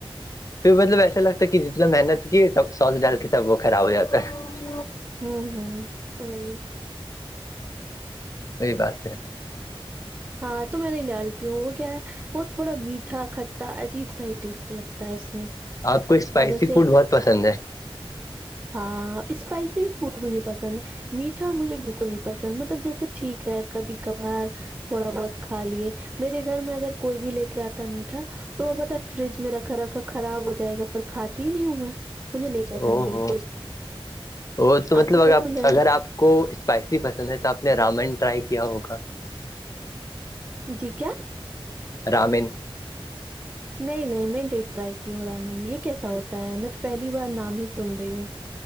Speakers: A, on the left; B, on the right.
A: پھر مطلب ایسا لگتا ہے کہ جتنا محنت کی سب سوس ڈال کے سب وہ خراب ہو جاتا ہے جچ
B: ہوں ہوں تو بائی
A: وہی بات ہے
B: ہاں تو میں نہیں ڈالتی ہوں وہ کیا ہے وہ تھوڑا میٹھا کھٹا عجیب سا ہی ٹیسٹ لگتا تا اس میں
A: آپ کو اسپائسی
B: اور جیسے
A: فوڈ بہت پسند ہے
B: ہاں اسپائسی فوڈ مجھے پسند ہے میٹھا مجھے بالکل نہیں پسند مطلب جیسے ٹھیک ہے کبھی کبھار تھوڑا بہت کھا لیے میرے گھر میں اگر کوئی بھی لے کے آتا میٹھا تو بت فریج میں رکھا رکھا خراب ہو جائے گا کھاتی ہی نہیں ہوں میں مجھے نہیں پسند
A: او
B: بالکل
A: ہو وہ تو مطلب
B: کو
A: ا
B: پسند
A: آپ
B: ہے
A: اگر آپ کو اسپائسی پسند ہے تو آپ نے رامن ٹرائی کیا ہوگا
B: جی کیا
A: رامین
B: <inaudible> نہیں نہیں میں دیکھ رہائی کی ہوں رامین یہ کیسا ہوتا ہے میں تو پہلی بار نام ہی سن رہی ہوں